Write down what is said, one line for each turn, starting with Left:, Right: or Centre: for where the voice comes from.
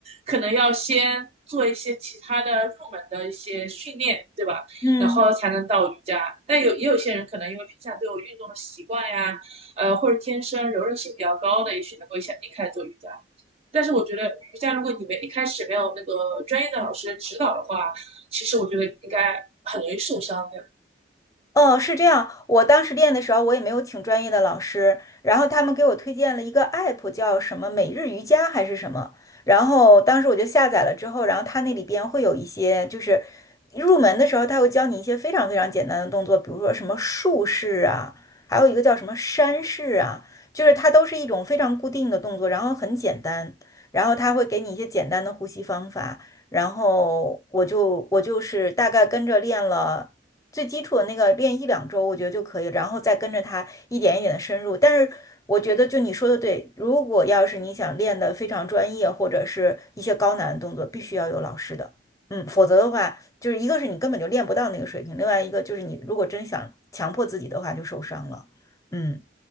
Right: 可能要先做一些其他的入门的一些训练，对吧？
Left: 嗯，
Right: 然后才能到瑜伽。但有也有些人可能因为平常都有运动的习惯呀，呃，或者天生柔韧性比较高的，也许能够一下一开始做瑜伽。但是我觉得瑜伽，如果你们一开始没有那个专业的老师的指导的话，其实我觉得应该很容易受伤的。
Left: 哦，是这样。我当时练的时候，我也没有请专业的老师，然后他们给我推荐了一个 app，叫什么每日瑜伽还是什么。然后当时我就下载了之后，然后它那里边会有一些，就是入门的时候，它会教你一些非常非常简单的动作，比如说什么竖式啊，还有一个叫什么山式啊，就是它都是一种非常固定的动作，然后很简单，然后它会给你一些简单的呼吸方法。然后我就我就是大概跟着练了。最基础的那个练一两周，我觉得就可以，然后再跟着他一点一点的深入。但是我觉得，就你说的对，如果要是你想练的非常专业，或者是一些高难的动作，必须要有老师的，嗯，否则的话，就是一个是你根本就练不到那个水平，另外一个就是你如果真想强迫自己的话，就受伤了，嗯。